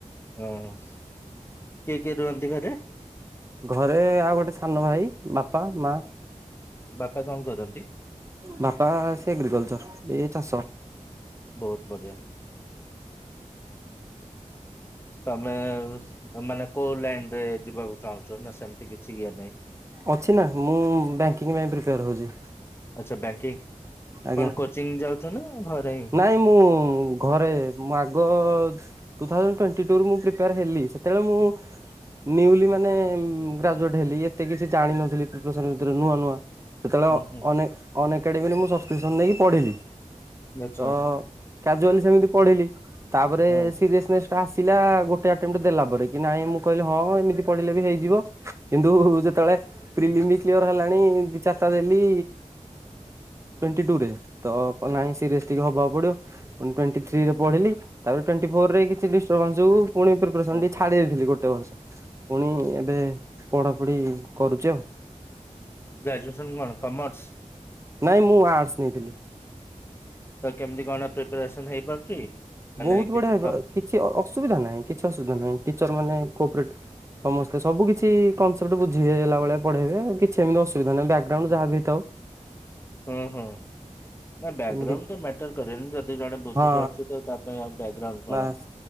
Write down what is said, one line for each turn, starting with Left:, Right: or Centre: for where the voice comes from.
Left: ହଁ କିଏ କିଏ ରୁହନ୍ତି ଘରେ?
Right: ଘରେ ଆଉ ଗୋଟେ ସାନ ଭାଇ ବାପା ମା
Left: ବାପା କଣ କରନ୍ତି?
Right: ବାପା ସେ ଏଗ୍ରିକଲଚର ଏ ଚାଷ
Left: ବହୁତ ବଢ଼ିଆ। ତମେ ମାନେ କୋଉ ଲାଇନ ରେ ଯିବାକୁ ଚାହୁଁଛ ନା ସେମିତି କିଛି ଇଏ ନାହିଁ।
Right: ଅଛି ନା ମୁଁ ବ୍ୟାଙ୍କିଙ୍ଗ ପାଇଁ ପ୍ରିପେୟାର ହଉଛି।
Left: ଆଚ୍ଛା। ବ୍ୟାଙ୍କିଙ୍ଗ
Right: ଆଜ୍ଞା।
Left: କଣ କୋଚିଂ ଯାଉଛ ନା ଘରେ ହିଁ
Right: ନାଇଁ ମୁଁ ଘରେ ମୁଁ ଆଗ ଟୁ ଥାଉଜେଣ୍ଟ ଟ୍ବେଣ୍ଟି ଟୁ ରୁ ମୁଁ ପ୍ରିପେୟାର ହେଲିି ସେେବେଳେ ମୁଁ ନିୱଲି ମାନେ ଗ୍ରାଜୁଟ ହେଲି ଏତେ କିଛି ଜାଣିିନଥିଲି ପ୍ରଫେ ସନ୍ ବିଷୟରେ ନୂଆ ନୂଆ ସେତେବେଳେ
Left: ହୁଁ ହୁଁ
Right: ଅନ ଅନ ଏକାଡେମୀରେ ମୁଁ ସବସ୍କ୍ରିପସନ ଦେଇକି ପଢିଲି।
Left: ଆଚ୍ଛା
Right: ତ କାଜୁଆଲି ସେମିତି ପଢିଲି ତାପରେ
Left: ହଁ।
Right: ସିରିସନେସ୍ ତ ଆସିଲା ଗୋଟେ ଆଟେମ୍ଟ ଦେଲା ପରେ କି ନାଇଁ ମୁଁ କହିଲି ହଁ ଏମିତି ପଢିଲେ ବି ହେଇଯିବ କିନ୍ତୁ ଯେତେବେଳେ ପ୍ରିଲିମ ବି କ୍ୟର ହେଲାଣି ଦି ଚାରିଟା ଦେଲି ଟୁଣ୍ଟୀ ଟୁ ରେ ତ ନାହିଁ ସିରିଏ ଟିକେ ହବାକୁ ପଡିବ ପୁଣି ଟ୍ୱେଣ୍ଟି ଥ୍ରୀରେ ପଢିଲି ତାପରେ ଟ୍ୱଣ୍ଟି ଫୋର ରେ କିଛି ଡିର୍ବାନ୍ସ ଯୋଗୁ ପୁଣି ପ୍ରଫେସନ୍
Left: ଓହୋ
Right: ଟିକେ ଛାଡି ଦେଇେଥିଲି ଗୋଟେ ବର୍ଷ ପୁଣି ଏବେ ପଢାପଢି କରୁଛି ଆଉ
Left: ଗ୍ରାଜୁଏସନ୍ କଣ କମର୍ସ?
Right: ନାଇଁ ମୁଁ ଆଟସ ନେଇଥିଲି।
Left: ତ କେମିତି କଣ ପ୍ରିପାରେସନ ହେଇପାରୁଛି? ମାନେ
Right: ବହୁତ
Left: କିଛି
Right: ବଢିଆ ହେଇପା
Left: ଟପ୍
Right: ଅ କିଛି ଅସୁବିଧା ନାହିଁ କିଛି ଅସୁବିଧା ନାହିଁ ଟିଚର ମାନେ କ୍ରୋପେଣ୍ଟ ସମସ୍ତେ ସବୁକିଛି କନସେପ୍ଟ ବୁଝି ହେଲା ଭଳିଆ ପଢେଇବେ କିଛି ଏମିତି ଅସୁବିଧା ନାହିଁ ବ୍ୟାକଗ୍ରାଉଣ୍ଡ ଯାହା ବି ହେଲେ ଥାଉଁ
Left: ଓଁ ହଁ ହଁ ନାଁ ବ୍ୟାକଗ୍ରାଉଣ୍ଡ
Right: ଏମିତି
Left: ତ ମ୍ୟାଟର କରେନି ଯଦି ଜଣେ ବୁଝିପାରୁଛି
Right: ହଁ
Left: ତ ତା ପାଇଁ ଆଉଁ ବ୍ୟାକଗ୍ରାଉଣ୍ଡ କଣ?
Right: ବାସ୍